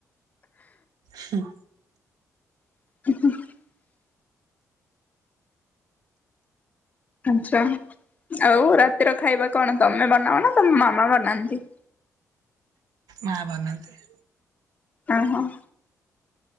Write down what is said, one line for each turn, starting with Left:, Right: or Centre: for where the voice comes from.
Right: ହୁଁ,
Left: <inaudible> ଆଚ୍ଛା। ଆଉ ରାତିର ଖାଇବା କଣ ତୋମେ ବନାଅ ନା, ତୋମ ମାମା ବନାନ୍ତି?
Right: ମା ବନାନ୍ତି।
Left: ଅଁ, ହଁ।